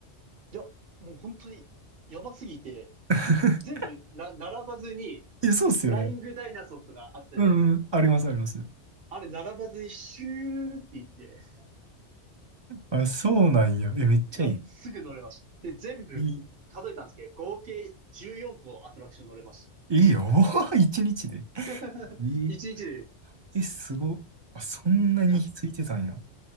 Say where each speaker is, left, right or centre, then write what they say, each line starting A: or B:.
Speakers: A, on the right (about 55°); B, on the right (about 30°).
A: いや、もう本当にやばすぎて、
B: <laughs>
A: 全部な、並ばずに、
B: いや、そうっすよね。
A: フライングダイナソーとかあったじゃないですか。
B: うんうん、ありますあります。
A: あれ並ばずにシューって言って、
B: あ、そうなんや。え、めっちゃいい。
A: いや、すぐ乗れました。で、全部数えたんですけど、
B: いい、
A: 合計14個アトラクション乗れました。
B: いいよ。<laughs> 一日で。
A: <laughs>
B: いい。
A: 一日でです。
B: え、すご。あ、そんなについてたんや。
A: いや、い